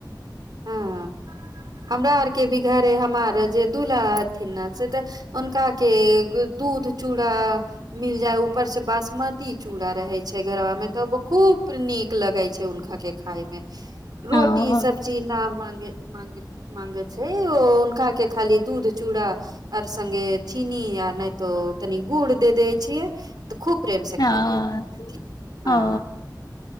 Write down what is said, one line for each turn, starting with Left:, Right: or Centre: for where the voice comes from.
Right: हाँ हमरा आर के भी घरे हमर जे दूल्हा हथिन न उनका के दूध चूड़ा मिल जाए ऊपर सँ बासमती चूड़ा रहै छै घरबा मे तऽ खूब नीक लगै छै उनका के खाइ मे रोटी
Left: हँ
Right: सब ना मांगे मांगे मांगै छे ओ का के खाली दूध चूड़ा अर संगे चीनी या नै तो तनि गुड दे दे छियै त खूब प्रेम सँ
Left: हँ
Right: खा लेत छथिन हाँ
Left: ओ